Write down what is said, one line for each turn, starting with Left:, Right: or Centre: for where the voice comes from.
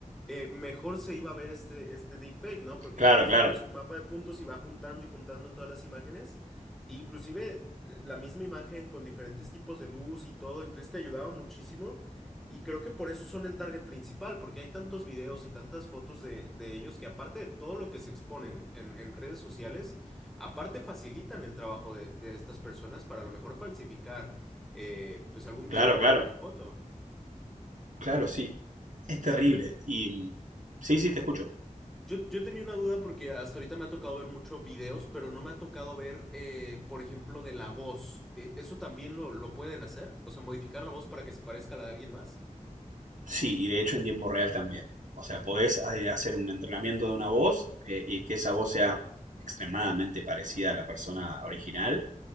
Centre: eh, mejor se iba a ver este, este deepfake, ¿no? Porque
Right: Claro,
Centre: como dices
Right: claro,
Centre: tú, es un mapa de puntos y va juntando y juntando todas las imágenes. E inclusive eh, la misma imagen con diferentes tipos de luz y todo, entonces te ayudaba muchísimo. Y creo que por eso son el target principal, porque hay tantos videos y tantas fotos de, de ellos que aparte de todo lo que se exponen en en redes sociales, Aparte facilitan el trabajo de, de estas personas para a lo mejor falsificar eh, pues algún
Right: claro,
Centre: video
Right: claro.
Centre: o alguna foto.
Right: Claro, sí. Es terrible.
Centre: Y yo,
Right: Y mm, sí, sí, te escucho.
Centre: yo, yo tenía una duda porque hasta ahorita me ha tocado ver muchos videos, pero no me ha tocado ver, eh, por ejemplo, de la voz. Eh, ¿eso también lo, lo pueden hacer? O sea, modificar la voz para que se parezca a la de alguien más.
Right: Sí, y de hecho en tiempo real también. O sea, podés eh, hacer un entrenamiento de una voz eh, y que esa voz sea extremadamente parecida a la persona original.